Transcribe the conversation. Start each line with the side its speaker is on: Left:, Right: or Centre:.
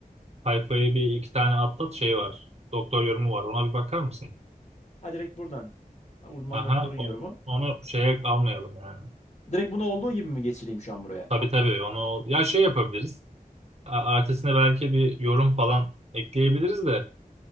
Right: sayfayı bir iki tane atlat şey var. Doktor yorumu var. Ona bir bakar mısın?
Left: Ha direkt buradan. Ha, Uzman
Right: Aha
Left: doktorun
Right: on-
Left: yorumu.
Right: onu şeye almayalım yani.
Left: Direkt bunu olduğu gibi mi geçireyim şu an buraya?
Right: Tabii tabii onu ya şey yapabiliriz. A- Ertesine belki bir yorum falan ekleyebiliriz de